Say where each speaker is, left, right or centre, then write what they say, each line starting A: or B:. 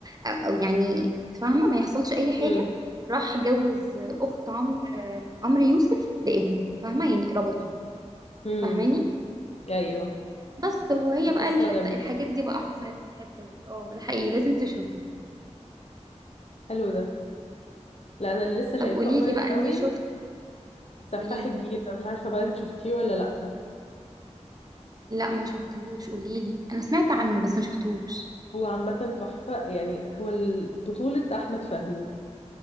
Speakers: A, on the right; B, on the left.
A: او يعني فاهمه ما يحصلش اي حاجه
B: امم
A: راح جوز اخت عمرو عمرو يوسف لابنه فاهمه يعني ربطه
B: امم
A: فاهماني
B: ايوه
A: بس وهي
B: ده
A: بقى
B: قصه
A: الحته
B: جامده
A: الحاجات دي بقى حصلت في الحته دي اه ده حقيقي لازم تشوفيه
B: حلو ده لا انا اللي لسه شايفاه
A: طب قولي
B: قريب
A: لي بقى
B: قوي
A: انت شفتي
B: سفاح
A: قولي لي
B: الجيزه مش عارفه بقى انت شفتيه ولا لا
A: لا ما شفتهوش قوليلي انا سمعت عنه بس ما شفتهوش
B: هو عامه تحفه يعني هو ال- بطوله احمد فهمي